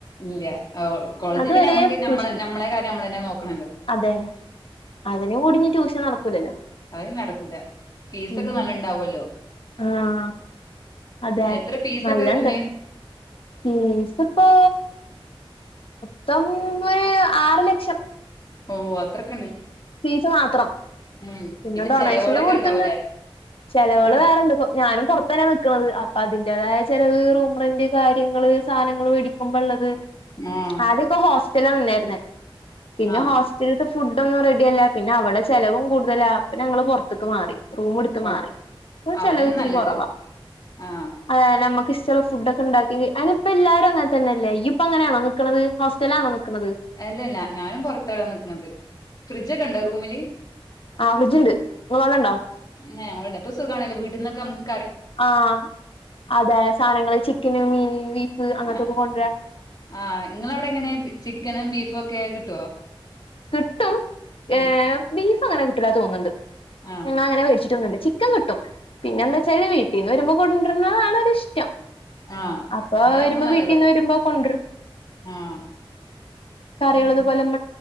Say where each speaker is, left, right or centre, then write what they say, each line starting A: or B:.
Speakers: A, on the left; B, on the left.
A: ഇല്ല കോളേജിൽ
B: അതുവരെ
A: പിന്നെ നമ്മുക്ക് നമ്മള
B: ട്യൂഷൻ
A: നമ്മളെ കാര്യം നമ്മൾെന്നെ നോക്കണല്ലോ
B: അതെ അതിനും കൂടിഞ്ഞ് ട്യൂഷൻ നടക്കൂലല്ലോ
A: അയ് നടക്കൂല ഫീസ്
B: ഉം
A: ഒക്കെ നല്ല ഇണ്ടാവല്ലോ
B: ആഹ് അതെ
A: എത്ര ഫീസൊക്കെ
B: നല്ലണ്ട്
A: വരണ്
B: ഫീസിപ്പോ ത്തം ഒരു ആറ് ലക്ഷം
A: ഓ അത്രക്
B: ഫീസ് മാത്രം
A: ഉം
B: പിന്നെ ഡൊണേഷനും
A: ചെലവുകളൊക്കെ
B: കൊടുത്തിണ്ട്
A: ഇണ്ടാവൂലേ
B: ചെലവൾ
A: ആഹ്
B: വേറെണ്ട് ഞാനും പുറത്ത തന്നെയ നിക്കണത് അപ്പൊ അതിന്റേതായ ചിലവ് റൂംറന്റ് കാര്യങ്ങള് സാനങ്ങൾ മേടിക്കുമ്പോ ഉള്ളത്
A: ആഹ്
B: ആദ്യാക്കെ ഹോ <unintelligible> പിന്നെ
A: ആഹ്
B: ഹോസ്റ്റല് ഫുഡ് ഒന്നും റഡി സില്ല പിന്നെ അവിടെ ചെലവും കൂടുതല അപ്പ ഞങ്ങള് പൊറത്ത്ക്ക് മാറി റൂമ് എടുത്ത്
A: ഓ
B: മാറി ചെലവ്
A: അതന്നെ
B: ഇത്തിരി
A: നല്ലത്
B: കുറവാ
A: ആഹ്
B: അതാന ഇഷ്ടുള്ള ഫുഡ് ഒക്കെ ഉണ്ടാക്കി അയിനിപ്പല്ലാരും അങ്ങനെ തന്നെയല്ലേ ഇയ്യ് പ്പ അങ്ങനാണോ നിക്കണത് ഹോസ്റ്റലാണോ നിക്കണത്
A: അല്ലല്ല ഞാനും പൊറത്ത നിക്കണത് ഫ്രിഡ്ജൊക്കെ ണ്ടോ റൂമില്
B: ആ ഫ്രിഡ്ജ് ണ്ട് <unintelligible> ഇണ്ടോ
A: പിന്നെ ഇപ്പോ സുഖാണല്ലോ വീട്ടിന്നൊക്കെ നമക്ക്
B: ആഹ് അതെ സാധങ്ങള് ചിക്കന് മീന് ബീഫ് അങ്ങനത്തൊക്കെ
A: ആ
B: കൊണ്ട് രാം
A: ആഹ് ഇങ്ങളവിടെ എങ്ങനെ ചിക്കനും ബീഫും ഒക്കെ കിട്ടുവോ
B: കിട്ടും ഏ
A: ഉം
B: ബീഫ് അങ്ങനെ ഇല്ലാ തോന്നുന്നുണ്ട്
A: ആഹ്
B: ങ്ങളങ്ങനെ വേടിച്ചിട്ടൊന്നുല്ല. ചിക്കൻ കിട്ടും പിന്നെ എന്താ വെച്ചാല് വീട്ടീന്ന് വരുമ്പോ കൊണ്ടിരുന്നതാണ് ഒരുരിഷ്ടം
A: ആഹ്
B: അപ്പൊ
A: അതാകുമ്പോ
B: വരുമ്പോ
A: നല്ലതാ
B: വീട്ടിന്ന് വരുമ്പോ കൊണ്ടരും
A: ആഹ്
B: കറികള്ളത്
A: ഉം
B: പോലൊക്കെ